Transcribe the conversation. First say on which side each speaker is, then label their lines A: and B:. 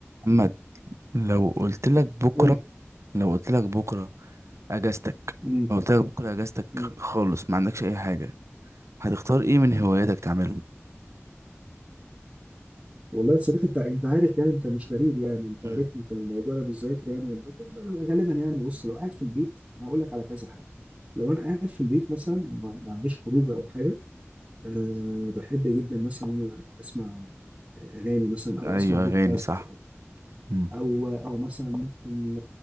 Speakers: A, on the right (about 75°); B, on the right (about 20°).
A: محمد لو قلت لك بكره
B: قول لي
A: لو قلت لك بكره اجازتك
B: مم.
A: لو قلت لك بكره اجازتك
B: مم.
A: خالص ما عندكش اي حاجه هتختار ايه من هواياتك تعمله
B: والله يا صديقي انت انت عارف يعني انت مش غريب يعني انت
A: مم.
B: عارفني في الموضوع ده بالذات يعني لما بكون- أنا غالبا يعني بص لو قاعد في البيت انا هقول لك على كذا حاجه لو انا قاعد في البيت مثلا ما ما عنديش خروج او حاجه أه بحب جدا مثلا ان انا اسمع اغاني مثلا او
A: ايوه
B: اسمع بودكاست
A: اغاني صح
B: او
A: مم.
B: او أو مثلا ممكن